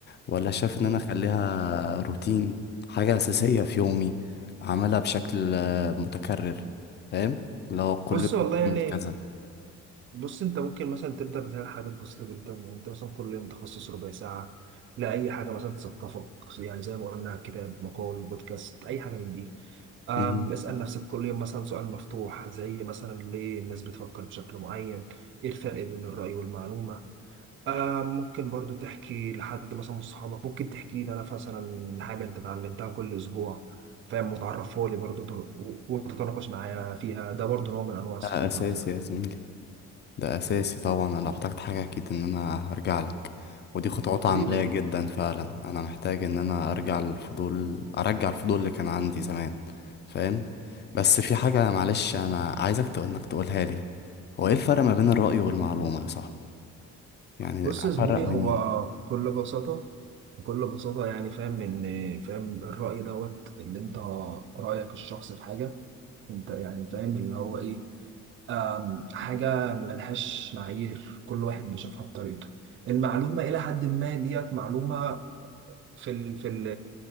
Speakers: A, on the left; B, on the right.
A: ولا شايف
B: مم.
A: ان انا اخليها روتين حاجة أساسية في يومي أعملها بشكل آه، متكرر فاهم اللي هو كل
B: بص والله
A: يوم
B: يعني
A: كذا
B: بص انت ممكن مثلا تبدا بتعمل حاجات بسيطه جدا يعني انت مثلا كل يوم تخصص ربع ساعه لاي حاجه مثلا تثقفك يعني زي ما قلنا كتاب مقال بودكاست اي حاجه من دي أم
A: مم.
B: اسال نفسك كل يوم مثلا سؤال مفتوح زي مثلا ليه الناس بتفكر بشكل معين ايه الفرق بين الراي والمعلومه أم ممكن برضو تحكي لحد مثلا من صحابك ممكن تحكي لي انا مثلا حاجه انت اتعلمتها كل اسبوع فاهم وتعرفها لي برضو وتتناقش معايا فيها ده برضو نوع من انواع الثقافه
A: ده أساسي
B: على فكره
A: يا زميلي ده أساسي طبعا أنا لو احتجت حاجة أكيد إن أنا هرجع لك ودي خطوات
B: حبيبي
A: عملية
B: يا زميلي
A: جدا فعلا أنا محتاج إن أنا أرجع الفضول أرجع الفضول اللي كان عندي زمان فاهم بس في حاجة معلش أنا عايزك تقول إنك تقولها لي هو إيه الفرق ما بين الرأي والمعلومة يا صاحبي يعني
B: بص
A: أفرق
B: يا زميلي
A: منين
B: هو بكل بساطة بكل بساطة يعني فاهم إن فاهم الرأي دوت اللي أنت رأيك الشخص في حاجة أنت يعني فاهم اللي هو إيه أم، حاجة ملهاش معايير كل واحد بيشوفها بطريقته المعلومة إلى حد ما ديت معلومة في ال في ال